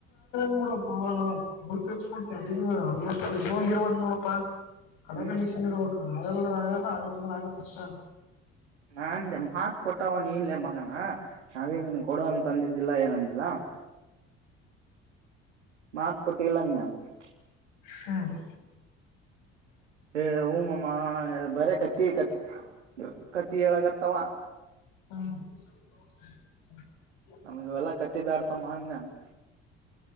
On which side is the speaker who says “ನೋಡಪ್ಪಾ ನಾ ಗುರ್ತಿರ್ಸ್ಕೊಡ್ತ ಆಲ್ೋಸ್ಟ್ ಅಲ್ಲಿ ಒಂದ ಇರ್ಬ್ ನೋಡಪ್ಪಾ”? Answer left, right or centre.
Left